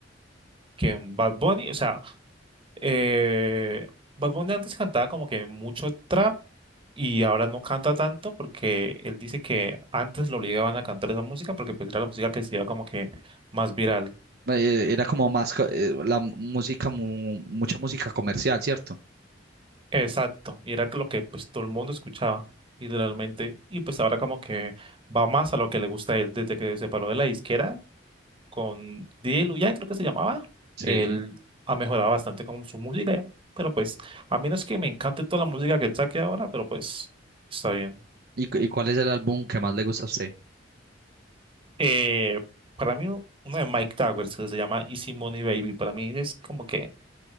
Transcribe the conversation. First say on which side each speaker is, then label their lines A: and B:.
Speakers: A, on the right; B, on the right.
A: que en Bad Bunny, o sea, eh, Bad Bunny antes cantaba como que mucho trap y ahora no canta tanto porque él dice que antes lo obligaban a cantar esa música porque pues era la música que se iba como que más viral.
B: Eh, era como más co- eh, la música, mu- mucha música comercial, ¿cierto?
A: Exacto, y era lo que pues todo el mundo escuchaba, literalmente, y pues ahora como que va más a lo que le gusta a él desde que se separó de la disquera con DJ Luyan, creo que se llamaba,
B: Sí.
A: él ha mejorado bastante con su música, pero pues a mí no es que me encante toda la música que saque ahora, pero pues está bien.
B: ¿Y, cu- y cuál es el álbum que más le gusta a usted?
A: Eh, para mí u- uno de Mike Towers que se llama Easy Money Baby, para mí es como que